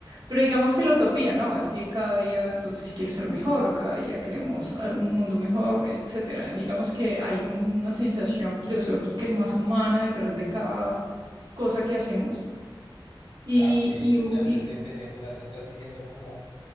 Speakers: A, on the right; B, on the left.
A: pero digamos que la utopía, ¿no? Es que cada día entonces si quiero ser mejor o cada día queremos a- un mundo mejor, etcétera. Digamos que hay una sensación filosófica y más humana detrás de cada cosa que hacemos y,
B: Ah, ok,
A: y un
B: ya
A: y
B: te estoy entendiendo, o sea, tú estás diciendo como...